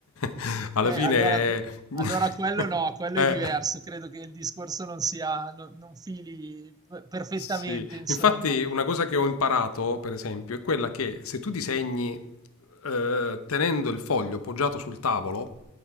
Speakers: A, on the left (about 70°); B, on the right (about 15°).
A: <laughs> alla
B: Eh,
A: fine...
B: allora que
A: <laughs>
B: allora quello no, quello
A: eh,
B: è diverso. Credo che il discorso non sia no non fili p perfettamente,
A: Sì,
B: insomma.
A: infatti una cosa che ho imparato, per esempio, è quella che se tu disegni eh, tenendo il foglio poggiato sul tavolo,